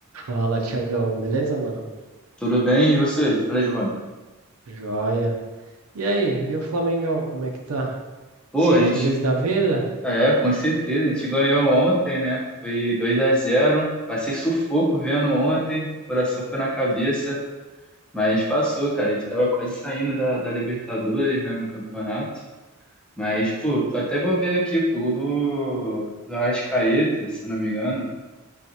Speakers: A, on the right; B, in the centre.
A: Fala, Tiagão, beleza, mano?
B: Tudo bem? E você? Fala, Giovanni.
A: Joia. E aí, e o Flamengão, como é que tá?
B: Pô,
A: Só
B: a gente.
A: feliz da vida?
B: É, com certeza. A gente ganhou ontem, né? Foi dois a zero Passei sufoco vendo ontem. Coração foi na cabeça. Mas passou, cara. A gente tava quase saindo da, da Libertadores, né? No campeonato. Mas, pô,
A: Hum.
B: eu até vou ver aqui. Pô, o gol do, do Arrascaeta, se eu não me engano.